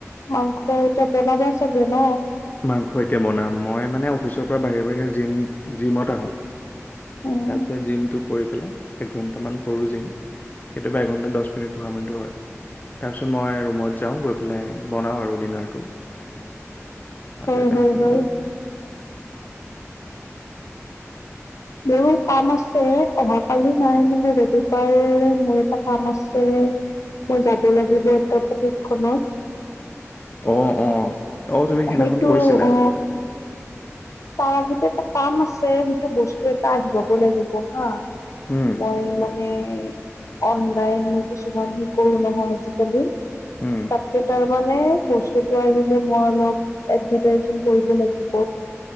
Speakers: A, on the left; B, on the left.
A: মাংস এতিয়া বনাব চাগে ন।
B: মাংস এতিয়া বনাম, মই মানে অফিচৰ পৰা বাহিৰে বাহিৰে জিম জিমত আহো।
A: উম
B: তাৰপিছত জিমটো কৰি, এক ঘন্টা মান কৰো জিম কেতিয়াবা এঘন্টা দশ মিনিট পোন্ধৰ মিনিট হয়, তাৰ পিছত মই ৰুমত যাওঁ, গৈ পেলাই বনাওঁ আৰু ডিনাৰটো।
A: হয়
B: আজিও তেনেকে
A: হয় হয়
B: বনাম।
A: মোৰো কাম আছে, অহাকালি নাই মানে ৰবিবাৰে মোৰ এটা কাম আছে। মই যাব লাগিব এটা প্ৰশিক্ষণত।
B: অ অ অ তুমি সেইদিনাখন
A: সেইটো
B: কৈছিলা
A: অ তাৰ আগত, এটা কাম আছে সেইটো বস্তু এটা আহি পাব লাগিব হা,
B: উম
A: মই মানে মানে অনলাইন মই কিছুমান সে কৰো নহয় আজিকালি।
B: উম
A: তাতে তাৰমানানে বস্তুতটো আহিলে মই অলপ এডভাৰটাইজিং কৰিব লাগিব,